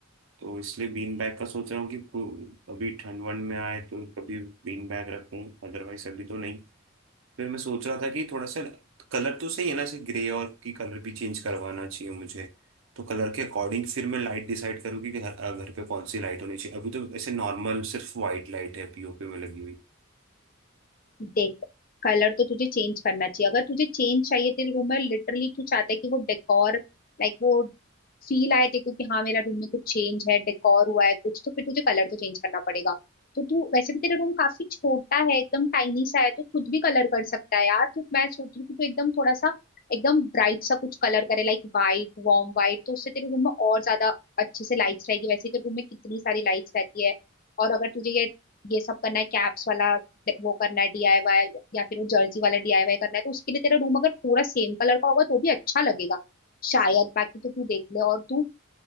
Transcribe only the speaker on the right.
तो इसलिए बीन बैग का सोच रहा हूँ कि कु- अभी ठंड वंड में आए तो कभी बीन बैग रखूँ अदरवाइज अभी तो नहीं फिर मैं सोच रहा था कि थोड़ा सा कलर तो सही है ना ऐसे ग्रे और की कलर भी चेंज करवाना चाहिए मुझे तो कलर के अकॉर्डिंग फिर मैं लाइट डिसाइड करूँ कि घर अ, घर पे कौन सी लाइट होनी चाहिए अभी तो ऐसे नॉर्मल सिर्फ वाइट लाइट है पीओपी में लगी हुई